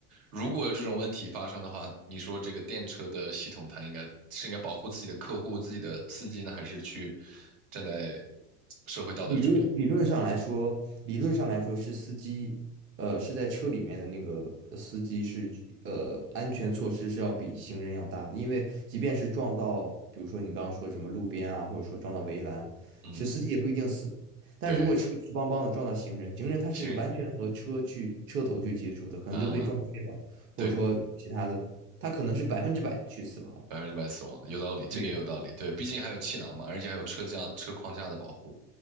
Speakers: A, on the right; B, on the right.
A: 如果有这种问题发生的话，你说这个电车的系统，它应该是应该保护自己的客户、自己的司机呢，还是去站在社会道德主义？
B: 理论理论上来说，理论上来说是司机，呃，是在车里面的那个呃司机是呃安全措施是要比行人要大的，因为即便是撞到，比如说你刚刚说什么路边啊，或者说撞到围栏，
A: 嗯，
B: 其实司机也不一定死。但如果车直邦邦的撞到行人，
A: 对，
B: 行人他是完全和车去车头去接触的，
A: 行
B: 可能就被撞飞了，
A: 啊，对，
B: 或者说其他的，他可能是百分之百去死亡了。
A: 百分之百死亡的，有道理，这个也有道理。
B: 对，
A: 对，毕竟还有气囊嘛，而且还有车架、车框架的保护。